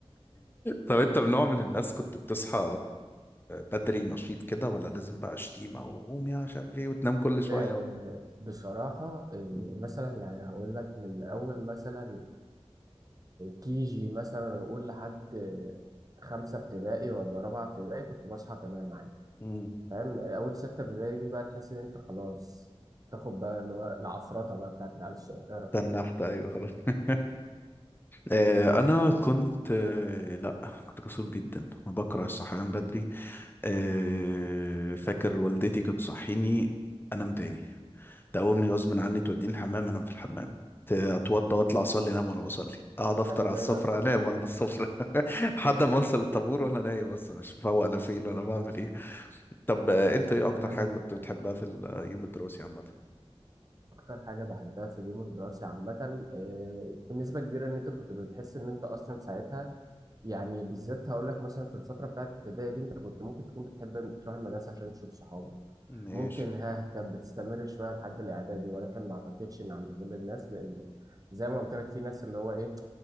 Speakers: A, on the left; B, on the right.
A: طب أنت من نوع من الناس كنت بتصحى بدري نشيط كده ولا لازم بقى شتيمة وقوم يا مش عارف إيه وتنام كل شوية
B: آه، بصراحة آه،
A: مم.
B: مثلا يعني هقول لك من أول مثلا كي جي مثلا أقول لحد آه، خمسة ابتدائي ولا رابعة ابتدائي كنت بصحى تمام عادي
A: مم.
B: فاهم آه، أول ستة ابتدائي دي بقى تحس إن أنت خلاص تاخد بقى اللي هو العفرطة بقى بتاعت العيال الصغيرة
A: تنحت أيوه خلاص <laughs> آه، أنا كنت آه، لأ كنت كسول جدا أنا بكره الصحيان بدري آه، فاكر والدتي كانت تصحيني انام تاني تقومني غصب عني توديني الحمام انام في الحمام ت- اتوضى واطلع اصلي انام وانا بصلي اقعد افطر
B: كان
A: على
B: دايما
A: السفره انام وانا بالسفره <laughs> لحد ما اوصل الطابور وانا نايم اصلا مش مفوق انا فين ولا بعمل ايه طب آه، انت ايه اكتر
B: دايما
A: حاجه كنت بتحبها في اليوم الدراسي عامه
B: أكتر حاجة بحبها في اليوم الدراسي عامة آه، بنسبة كبيرة إن أنت كنت بتحس إن أنت أصلا ساعتها يعني بالذات هقول لك مثلا في الفترة بتاعت الابتدائي دي انت كنت ممكن تكون بتحب ان تروح المدرسة عشان تشوف صحابك
A: ماشي
B: ممكن ها كانت بتستمر شوية لحد الإعدادي ولكن ما أعتقدش إن عند كل الناس لأن زي ما قلت لك في ناس اللي هو إيه